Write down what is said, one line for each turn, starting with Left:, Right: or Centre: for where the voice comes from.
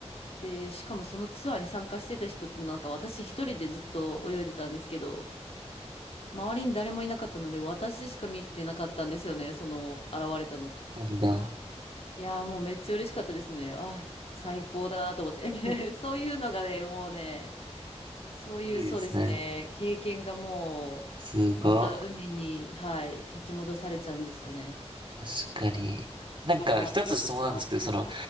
Left: で、しかもそのツアーに参加してた人ってなんか私一人でずっと泳いでたんですけど、周りに誰もいなかったので、私しか見てなかったんですよね、その現れたの。
Right: そうなんだ。
Left: いやー、もうめっちゃ嬉しかったですね。あー、最高だと思って。
Right: <laughs>
Left: <laughs> そういうのがね、もうね、そういう、
Right: いいですね。
Left: そうですね、経験がもう、
Right: すごい。
Left: また海に、はい、引き戻されちゃうんですよね。
Right: 確かに。なんか一つ質問なんですけど、
Left: はい。
Right: その、